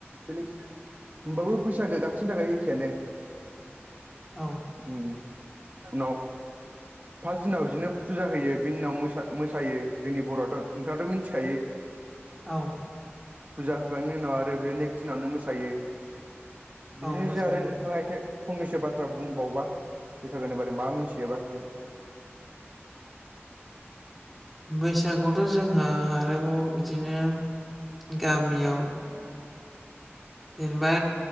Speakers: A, on the right; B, in the centre.
A: बेलेग होनबो बैसागो गाबसिननि थाखाय एखेनो
B: औ
A: उम उनाव फार्स्ट दिनाव बिदिनो फुजा होयो बिनि दिनाव मोसायो जोंनि बर' नोंथांङथ' मिथिखायो।
B: औ।
A: फुजा होखांनायनि उनाव आरो बे नेक्स्ट दिनावनो मोसायो बिदिनोसै
B: औ मोसायो
A: आरो नोंथांङा
B: औ
A: एसे फंनैसो बाथ्रा बुंबावबा बैसागोनि बारै मा मिथियोबा
B: बैसागुथ' जोंहा आरोबाव बिदिनो गामियाव जेनेबा